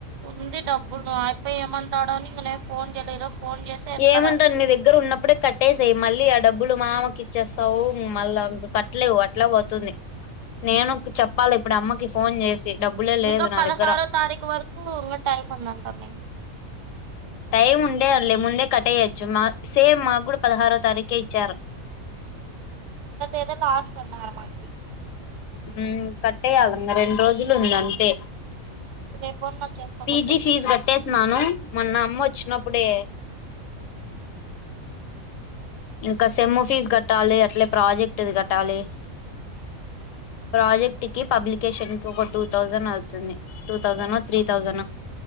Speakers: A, on the right; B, on the left.
A: ఉంది డబ్బులు అయ్యప ఏమంటాడో అని ఇంగ ఫోన్ చేయలేదు ఈరోజు ఫోన్ చేసి ఎత్తలే
B: ఏమంటారు నీ దగ్గర ఉన్నప్పుడే కట్టేసాయి మళ్ళీ ఆ డబ్బులు మామకి చ్చేస్తావు మళ్ళా ఇంక కట్టలేవు అట్లే పోతుంది నేను చెప్పాలి ఇప్పుడు అమ్మకి ఫోన్ చేసి డబ్బులే లేదు
A: ఇంకా
B: నా
A: పదహారో
B: దగ్గర
A: తారీఖు వరకు ఇం టైమ్ ఉందంట న
B: టైం ఉండే అలే ముందే కట్టయచ్చు మ సేమ్ మకుడా పదిహారో తారీక్ కే ఇచ్చారు
A: ఎదో లాస్ట్ అన్నరు మాకి
B: హ్మ్ కట్టేయాలంగా రెండు రోజులు ఉంది అంతే
A: రేపన్న వచ్చేస్తా
B: పీజి
A: పొద్దున్నే
B: ఫీజు కట్టేసిన్నాను మొన్న అమ్మ వచ్చినప్పు అప్పుడే ఇంకా సెమ్ ఫీజు కట్టాలి అట్లే ప్రాజెక్ట్ కట్టాలి ప్రాజెక్ట్ కి పబ్లికేషన్ కి ఒక టూ థౌజండ్ అవుతుంది టూ థౌసండ్ ఓ త్రీ థౌసండ్ ఓ